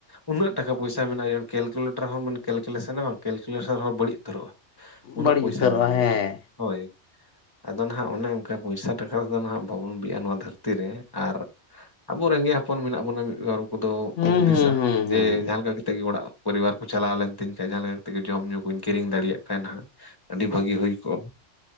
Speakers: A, on the left (about 20°); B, on the left (about 80°).
A: ᱩᱱᱟᱹᱜ ᱴᱟᱠᱟ ᱯᱚᱭᱥᱟ ᱢᱮᱱᱟᱜᱼᱟ ᱡᱮ ᱠᱮᱞᱠᱩᱞᱮᱴᱟᱨ ᱦᱚᱸ ᱵᱮᱱ ᱠᱮᱞᱠᱩᱞᱮᱥᱚᱱᱟ ᱵᱟᱝ, ᱠᱮᱞᱠᱩᱞᱮᱴᱟᱨ ᱦᱚᱸ ᱵᱟᱹᱲᱤᱡ ᱩᱛᱟᱹᱨᱚᱜᱼᱟ᱾ ᱩᱱᱟᱹᱜ
B: ᱵᱟᱹᱲᱤᱡ
A: ᱯᱚᱭᱥᱟ
B: ᱩᱛᱟᱹᱨᱚᱜᱼᱟ
A: ᱢᱮᱱᱟᱜᱼᱟ
B: ᱦᱮᱸ
A: ᱩᱱᱤ ᱴᱷᱮᱱ ᱦᱳᱭ᱾ ᱟᱫᱚ ᱱᱟᱦᱟᱜ ᱚᱱᱮ ᱚᱱᱠᱟ ᱯᱚᱭᱥᱟ ᱴᱟᱠᱟ ᱛᱮᱫᱚ ᱱᱟᱦᱜ ᱵᱟᱵᱚᱱ ᱵᱤᱜᱼᱟ ᱱᱚᱣᱟ ᱫᱷᱟᱹᱨᱛᱤ ᱨᱮ᱾ ᱟᱨ ᱟᱵᱚ ᱨᱮᱸᱜᱮᱡᱽ ᱦᱚᱯᱚᱱ ᱢᱮᱱᱟᱜ ᱵᱚᱱᱟ ᱢᱤᱫ ᱵᱟᱨ ᱠᱚᱫᱚ ᱠᱚ
B: ᱦᱩᱸ
A: ᱦᱩᱫᱤᱥᱟ
B: ᱦᱩᱸ ᱦᱩᱸ
A: ᱡᱮ
B: ᱦᱩᱸ
A: ᱡᱟᱦᱟᱸ ᱞᱮᱠᱟ ᱠᱟᱛᱮᱜ ᱜᱮ ᱚᱲᱟᱜ ᱯᱚᱨᱤᱵᱟᱨ ᱠᱚ ᱪᱟᱞᱟᱣ ᱞᱮᱱᱛᱤᱧ ᱠᱷᱟᱡ, ᱡᱟᱦᱟᱸ ᱞᱮᱠᱟ ᱠᱟᱛᱮᱜ ᱜᱮ ᱡᱚᱢ ᱧᱩ ᱠᱩᱧ ᱠᱤᱨᱤᱧ ᱫᱟᱲᱮᱭᱟᱜ ᱠᱷᱟᱱ ᱦᱟᱜ ᱟᱹᱰᱤ ᱵᱷᱟᱹᱜᱤ ᱦᱩᱭ ᱠᱚᱜᱼᱟ᱾